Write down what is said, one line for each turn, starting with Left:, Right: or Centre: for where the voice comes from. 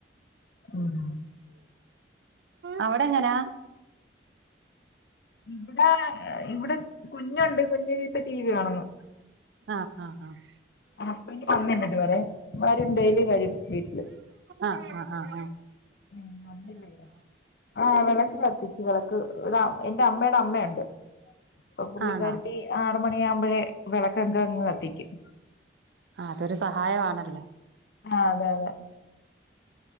Left: ഉം..
Right: അവിടെ എങ്ങനാ.
Left: ഇവിടെ ഇവിടെ കുഞ്ഞുണ്ട് കുഞ്ഞീപ്പ ടി വി കാണുന്ന്.
Right: ആഹ് ആഹ് ആഹ്
Left: ഹസ്ബന്റെ വന്നിണ്ടിവിടെ വരും ഡെയിലി വരും വീട്ടില്.
Right: ആഹ് ആ ആഹ് ആഹ
Left: ഉം അന്നില്ല.. ആഹ് വിളക്ക് കത്തിച്ചു വിളക്ക്ടെ എന്റെ അമ്മയുടെ അമ്മയുണ്ട്. ഇപ്പൊ പുള്ളിക്കരുത്തി
Right: ആണോ
Left: ആറ മണിയാകുമ്പോഴേ വിളക്കക്ക അങ്ങ് കത്തിക്കും.
Right: ആ അതൊരു സഹായമാണല്ലോ.
Left: ആ അതെ അതെ.